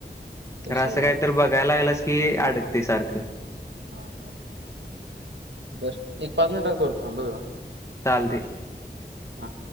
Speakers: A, on the right; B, on the left.
A: तसे
B: असं
A: होय
B: काही तर बघायला लागलस की अडकतय सारखं.
A: हा हा बर एक पाच मिनिटात करतो थांब ह तुला.
B: चालतय.
A: हा.